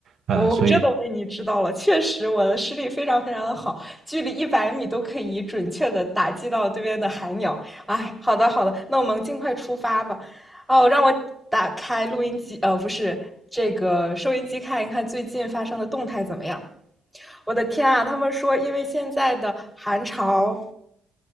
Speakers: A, on the right; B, in the centre.
A: 呃，
B: 哦，
A: 所以
B: 这都被你知道了，确实我的视力非常非常的好，距离一百米都可以准确的打击到对面的海鸟。哎，好的好的，那我们尽快出发吧。哦，让我打开录音机，呃，不是这个收音机，看一看最近发生的动态怎么样。我的天啊！他们说，因为现在的寒潮